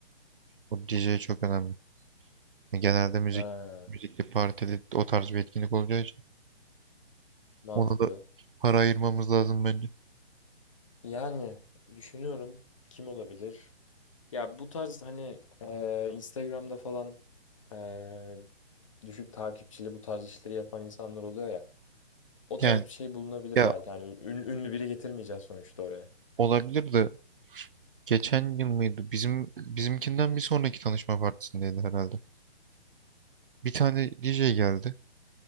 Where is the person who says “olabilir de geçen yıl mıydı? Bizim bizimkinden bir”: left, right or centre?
Right